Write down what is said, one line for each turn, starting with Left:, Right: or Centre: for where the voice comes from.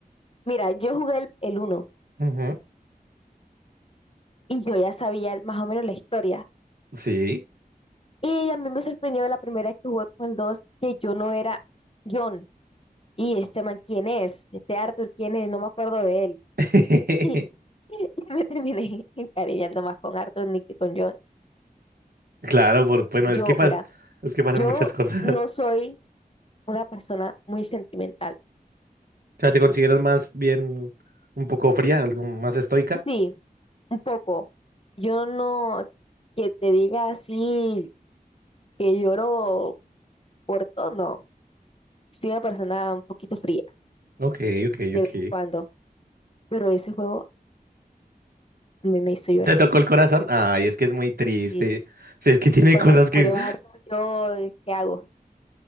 Left: mira, yo jugué el, el uno
Right: Ujú,
Left: y yo ya sabía más o menos la historia
Right: Sí.
Left: Y a mí me sorprendió la primera vez que jugué con el 2 que yo no era John. Y este man, ¿quién es? Este Arthur, ¿quién es? No me acuerdo de él.
Right: <laughs>
Left: <laughs> Y me terminé <laughs> encariñando más con Arthur ni que con John.
Right: Claro, por, bueno,
Left: Yo,
Right: es que, pa-
Left: mira,
Right: es que pasan
Left: yo
Right: muchas cosas.
Left: no soy
Right: <laughs>
Left: una persona muy sentimental.
Right: O sea, ¿te consideras más bien un poco fría, algo más estoica?
Left: Sí, un poco. Yo no que te diga así que lloro por todo, no. Soy una persona un poquito fría
Right: Ok, ok,
Left: de
Right: ok.
Left: vez en cuando, pero ese juego me, me hizo llorar.
Right: ¿Te tocó el corazón? Ay, es que es muy triste.
Left: Sí.
Right: Sí, es que tiene
Left: cuando
Right: cosas
Left: se
Right: que...
Left: murió Arthur, yo, eh, ¿qué hago?